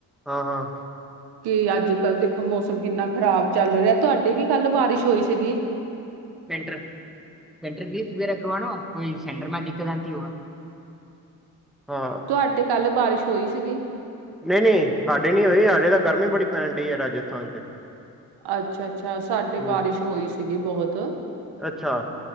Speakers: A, in the centre; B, on the right.
A: ਹਾਂ-ਹਾਂ।
B: ਕਿ ਅੱਜ-ਕੱਲ੍ਹ ਦੇਖੋ, ਮੌਸਮ ਕਿੰਨਾ ਖ਼ਰਾਬ ਚੱਲ ਰੇਹਾ, ਤੁਆਡੇ ਵੀ ਕੱਲ੍ਹ ਬਾਰਿਸ਼ ਹੋਈ ਸੀਗੀ।
A: ਸੈਂਟਰ ਸੈਂਟਰ ਵੀਸਟ ਵਗੈਰਾ ਕਰਾਵੋ ਲੋ ਆਪ ਕੋਈ ਸੈਂਟਰ ਮੈਂਡੀ ਕਰਾਂਤੀ ਹੋ ਆਪ ਹਾਂ।
B: ਤੁਆਡੇ ਕੱਲ ਬਾਰਿਸ਼ ਹੋਈ ਸੀਗੀ।
A: ਨਈ-ਨਈ ਸਾਡੇ ਨੀ ਹੋਈ, ਸਾਡੇ ਤਾਂ ਗਰਮੀ ਬੜੀ ਪੈਣ ਡਈ ਐ ਰਾਜਸਥਾਨ ਚ।
B: ਅੱਛਾ-ਅੱਛਾ, ਸਾਡੇ
A: ਹੂੰ
B: ਬਾਰਿਸ਼ ਹੋਈ ਸੀਗੀ ਬੋਹਤ।
A: ਅੱਛਾ